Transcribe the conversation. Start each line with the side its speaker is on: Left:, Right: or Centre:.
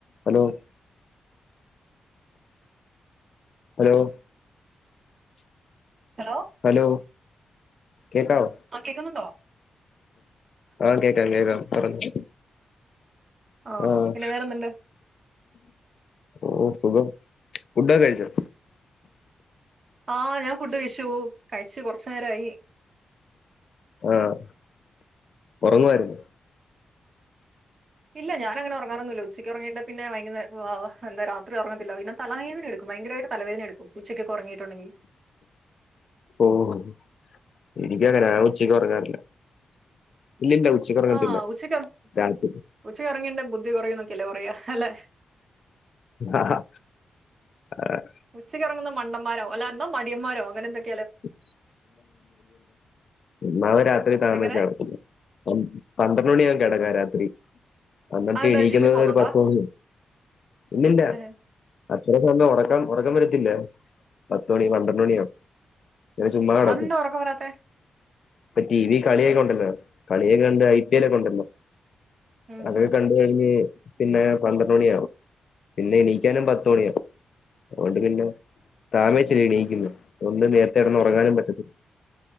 Left: ഹലോ
Right: ഉ.
Left: ഹലോ
Right: ഹലോ
Left: ഹലോ കേക്കാവോ.
Right: ആഹ് കേക്ക്ന്നുണ്ടോ.
Left: ആഹ് കേക്കാം കേക്കാം പറഞ്ഞൊ.
Right: ആ
Left: ആഹ്
Right: പിന്നെ വേറെന്തുണ്ട്
Left: ഓഹ് സുഖം ഫുഡൊക്കെ കഴിച്ചോ?
Right: ആഹ് ഞാൻ ഫുഡ് കഴിച്ചു കഴിച്ച് കൊറച്ച് നേരായി.
Left: ആഹ് ഒറങ്ങുവയിരുന്നോ.
Right: ഇല്ല ഞാനങ്ങനെ ഒറങ്ങാറാെന്നുല്ല ഉച്ചക്ക് ഒർങ്ങിയിട്ട് പിന്നെ വൈകുന്നേ എന്താ രാത്രി ഒറങ്ങത്തില്ല പിന്നെ തലവേദന എടുക്കും ഭയങ്കമായിട്ട് തലവേദനടുക്കും ഉച്ചക്കെക്കെ ഒർങ്ങീട്ടുണ്ടങ്കി
Left: ഓഹ് എനിക്ക് അങ്ങനെ ഞാൻ ഉച്ചയ്ക്ക് ഒറങ്ങാറില്ല ഇല്ലില്ല ഉച്ചക്ക് ഒറങ്ങത്തില്ല
Right: ആഹ് ഉച്ചക്ക്
Left: രാത്രി
Right: ഉച്ചക്ക് ഒറങ്ങീണ്ടെ ബുദ്ധി കൊറയുംന്നൊക്കല്ലേ പറയാ അല്ലെ
Left: ആഹ് ആഹ്
Right: ഉച്ചക്ക്ഒറങ്ങുന്ന മണ്ടന്മാരാവും അല്ലാ എന്താ മടിയൻമാരോ അങ്ങനെന്തക്ക്
Left: <unintelligible> നാളെ രാത്രി താമസ്ച്ചാ
Right: എങ്ങനെ
Left: കെടക്കുന്നെ പന്ത്രണ്ട് മണിയാകും കെടക്കാൻ രാത്രി എന്നിട്ട്
Right: അതെന്താ
Left: എണീക്കുന്നത്
Right: ജിമ്മിൽ പോകുന്നുണ്ടാ
Left: ഒരു പത്ത് മണി ഇല്ലല്ല
Right: ഏഹ്.
Left: അത്ര സമയം ഒറക്കാൻ ഒറക്കം വരത്തില്ല പത്ത്മണി പന്ത്രണ്ട് മണിയാവും ഇങ്ങനെ ച്ചുമ്മാ കടക്കും
Right: അതെന്താ ഉറക്കം വരാത്തെ
Left: ഇപ്പൊ ടി വി കളിയൊകെ ഉണ്ടല്ലോ കളിയെക്കെകണ്ട് ഐ പി എല്ലൊക്കെ ഉണ്ടല്ലോ
Right: ഉം
Left: അതൊകെ
Right: ഉം
Left: കണ്ട് ത് കഴിഞ്ഞ് പിന്നെ പന്ത്രണ്ട് മണിയാവും പിന്നെ എണീക്കാനും പത്ത് മണിയാവും അഓണ്ട് പിന്നെ താമേച്ചാ എണീക്ക്ന്ന് അതോണ്ട് നേരത്തെ കെടന്ന് ഒറങ്ങാനും പറ്റത്തില്ല